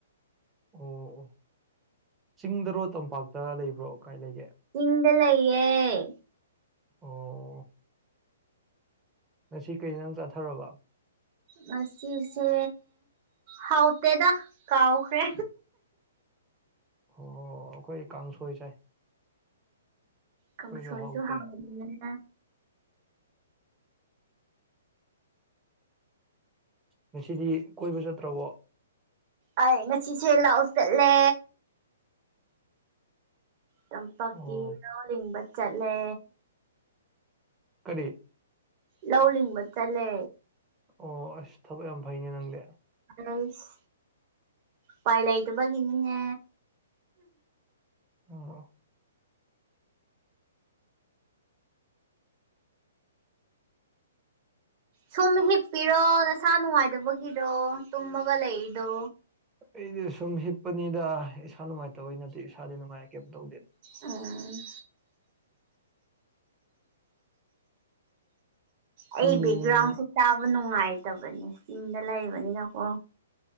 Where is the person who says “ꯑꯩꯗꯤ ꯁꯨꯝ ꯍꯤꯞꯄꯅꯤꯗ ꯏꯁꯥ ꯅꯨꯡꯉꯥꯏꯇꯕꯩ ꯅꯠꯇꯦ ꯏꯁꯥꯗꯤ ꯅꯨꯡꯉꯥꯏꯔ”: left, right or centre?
Right